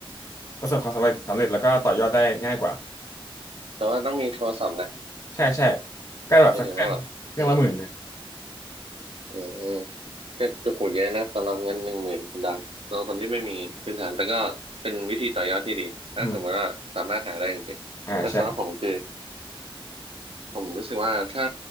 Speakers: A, on the left; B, on the right.
A: ประสบความสำเร็จสำเร็จแล้วก็ต่อยอดได้ง่ายกว่า
B: แต่ว่าต้องมีโทรศัพท์นะ
A: ใช่ใช่ก็แบบสักเครื่องเครื่องละหมื่นนะ
B: หมายถึงว่าแบบอืมอืมอืมก็จุกหูเยอะนะสำหรับเงินหนึ่งหมื่นคุณดามสำหรับคนที่ไม่มีพื้นฐานแต่ก็เป็นวิธีต่อยอดที่ดีถ้าสมมติว่าสามารถหาได้จริงๆแต่สำหรับผมคือ
A: อืมอ่าใช่
B: ผมรู้สึกว่าถ้า